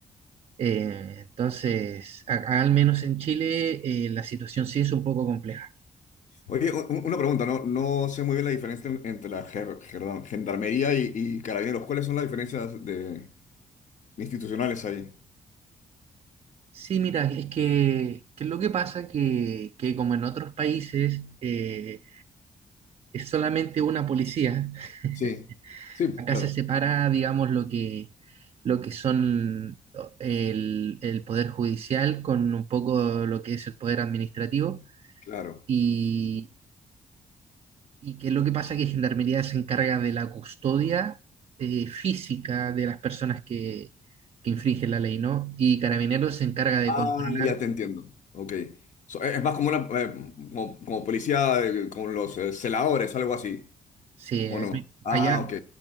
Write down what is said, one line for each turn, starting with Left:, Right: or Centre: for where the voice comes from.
Right: Eh, entonces, a- al menos en Chile, eh, la situación sí es un poco compleja.
Left: Oye, u- u- una pregunta, no, no sé muy bien la diferencia en- entre la ger- gerda- gendarmería y, y carabineros. ¿Cuáles son las diferencias de, institucionales ahí?
Right: Sí, mira, es que, que es lo que pasa que, que como en otros países eh, es solamente una policía, <laughs>
Left: Sí, sí,
Right: acá
Left: claro,
Right: se separa, digamos, lo que, lo que son el, el poder judicial con un poco lo que es el poder administrativo
Left: claro.
Right: y, y que lo que pasa que Gendarmería se encarga de la custodia eh, física de las personas que, que infringen la ley, ¿no? Y Carabineros se encarga de
Left: Ah,
Right: controlar,
Left: ya te entiendo. Ok. So, es es más como una eh, como, como policía, eh, como los eh, celadores, algo así,
Right: se,
Left: ¿o no? Ah,
Right: allá...
Left: ok,